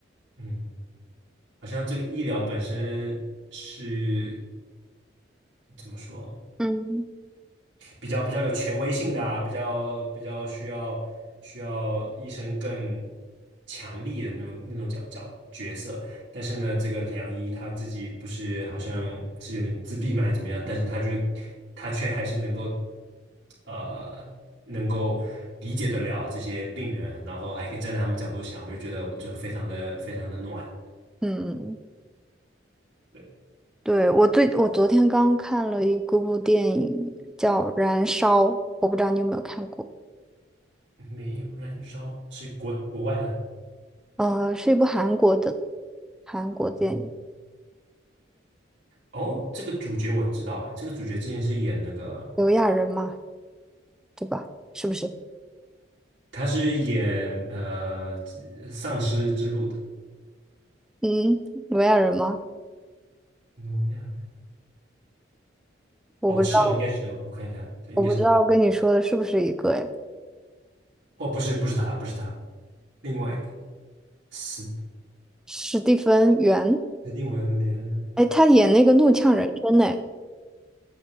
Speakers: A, on the right; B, in the centre.
A: 嗯，好像这个医疗本身是怎么说？
B: 嗯，
A: 比较比较有权威性的啊，比较比较需要需要医生更强力的那种那种角角角色。但是呢，这个良医他自己不是好像是有点自闭嘛，还是怎么样？但是他就他却还是能够呃能够理解得了这些病人，然后还可以站在他们角度想，我就觉得就非常的非常的暖。
B: 嗯，
A: 对，
B: 对，我最我昨天刚看了一个部电影叫《燃烧》，我不知道你有没有看过，
A: 没有燃烧是国国外呢。
B: 呃，是一部韩国的韩国电影，
A: 嗯哦，这个主角我知道，哎，这个主角之前是演那个
B: 刘亚仁嘛，对吧？是不是？
A: 他是演呃丧尸之路的
B: 嗯，刘亚仁吗？
A: 挪亚人。
B: 我不知道，
A: 哦，是哦，应该是哦，我看一下，对，应该是他。
B: 我不知道跟你说的是不是一个？哎，
A: 哦，不是，不是他，不是他，另外一个斯
B: 史蒂芬·元，
A: 斯蒂文连。
B: 哎，他演那个《怒呛人生》呢。